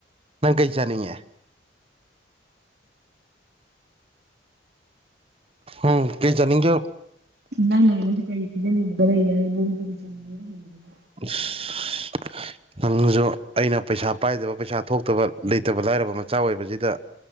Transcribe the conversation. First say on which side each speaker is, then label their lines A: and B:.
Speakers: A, on the right; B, on the right.
A: ꯅꯪ ꯀꯩ ꯆꯥꯅꯤꯡꯉꯦ ꯎꯝ ꯀꯩ ꯆꯅꯤꯡꯒꯦ
B: ꯅꯪꯅ ꯑꯩꯉꯣꯟꯗ ꯀꯔꯤ ꯄꯤꯖꯅꯤꯡꯕꯒ ꯂꯩꯔꯗꯅ ꯑꯩꯉꯣꯟꯗ ꯀꯔꯤ ꯆꯥꯅꯤꯡꯒꯦ ꯒ ꯍꯪꯏꯗꯨꯕꯣ
A: ꯏꯁ ꯅꯪꯁꯨ ꯑꯩꯅ ꯄꯩꯁꯥ ꯄꯥꯏꯗꯕ ꯄꯩꯁꯥ ꯊꯣꯛꯇꯕ ꯂꯩꯇꯕ ꯂꯥꯏꯔꯕ ꯑꯆꯥ ꯑꯣꯏꯕꯁꯤꯗ